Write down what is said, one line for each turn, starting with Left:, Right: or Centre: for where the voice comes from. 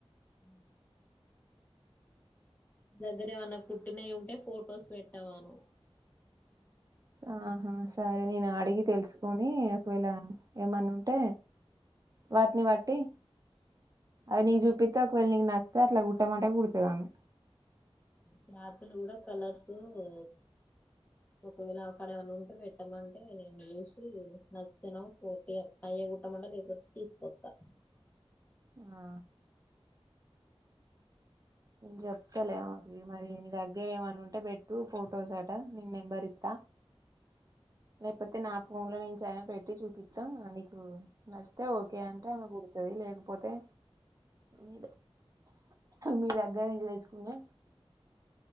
Left: ఉ దగ్గర ఏమన్నా కుట్టినయి ఉంటే ఫొటోస్ పెట్టమను.
Right: ఆహా సరే నేను అడిగి తెలుసుకొనీ ఒకవేళ ఏమన్నా ఉంటే వాటిని వట్టి. అది చూపిటాక్. ఒకవేళ నీకు నచ్చితే అట్లా కుట్టామంటే కుడుతదామె.
Left: క్లాతులు కూడా కర్స్ ఊ ఒకవేళ అక్కడ ఏమనా ఉంటే పెట్టమంటే నేను చేూసి నచ్చినవ్ పోటీగ అయ్య కుట్టమంట లేకపోతే తీసుకోస్తా.
Right: ఆ చెప్తాలే అ మరి నీ దగ్గర ఏమన్న ఉంటే పెట్టు ఫొటోస్ అట నీ నెంబర్ ఇత్త. లేకపోతే నా ఫోన్ ల నుంచి ఐన పెట్టి చూపిత్త నీకు నష్. అతే ఓకే అంటే ఆమె కుడుతుది లే. పోతే మీ మీ దగ్గర నుండి తెచ్చుకునే.